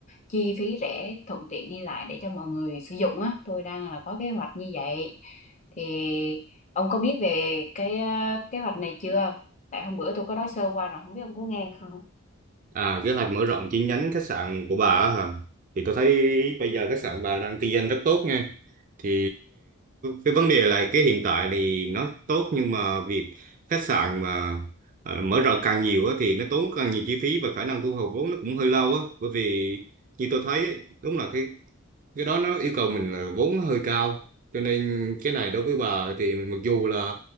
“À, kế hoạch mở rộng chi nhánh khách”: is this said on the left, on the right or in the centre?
Right